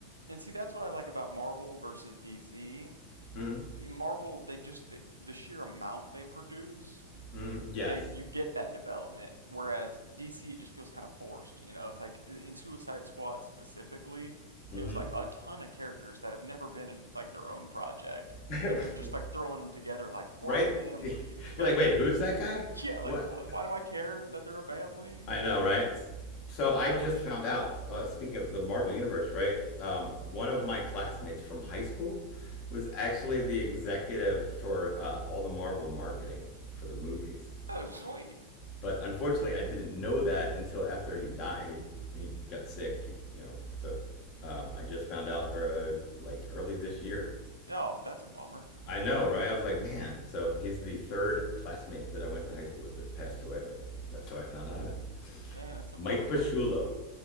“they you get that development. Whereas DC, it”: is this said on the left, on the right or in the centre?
Right